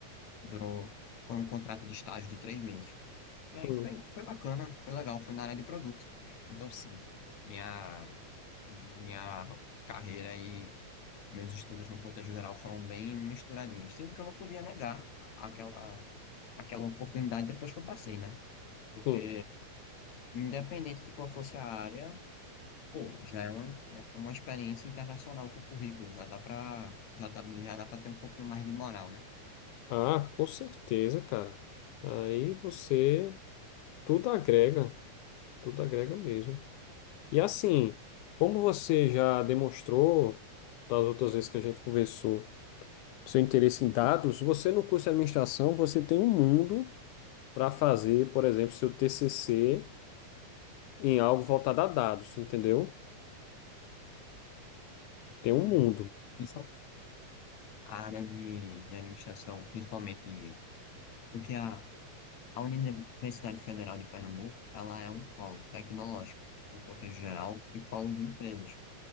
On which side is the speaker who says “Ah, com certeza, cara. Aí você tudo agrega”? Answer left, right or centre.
Left